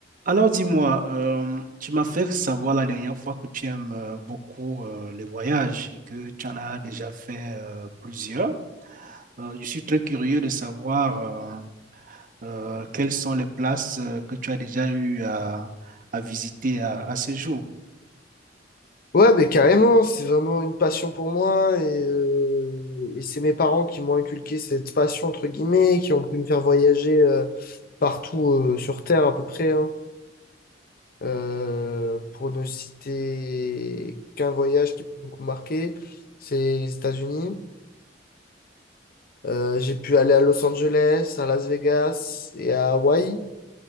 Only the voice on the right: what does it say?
Alors dis-moi, euh, tu m'as fait savoir la dernière fois que tu aimes euh, beaucoup euh, les voyages et que tu en as déjà fait euh, plusieurs. Euh, je suis très curieux de savoir euh, euh, quelles sont les places euh, que tu as déjà eu à, à visiter à, à ce jour.